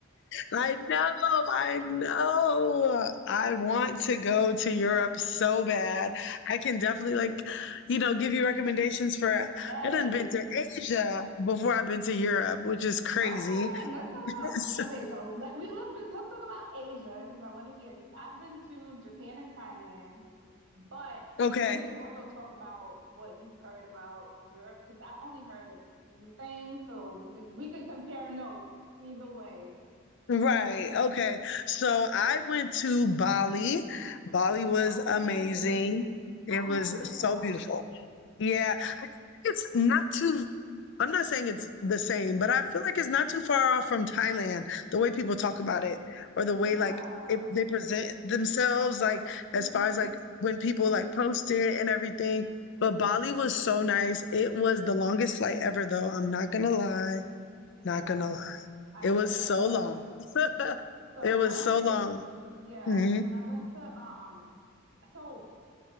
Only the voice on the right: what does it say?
Yes.
Okay, let's talk
about
okay, so let we let's we, let's talk about Asia because I want to hear because I've been to Japan and Thailand. But
then we could also talk about what you've heard about Europe because I've only heard a few things, so we could we could compare notes either way.
Okay.
I've
never been to
Bali.
Yeah.
Mm-hmm.
Yeah,
I
can
feel
that.
So
when
I went
to yeah,
when I went to um so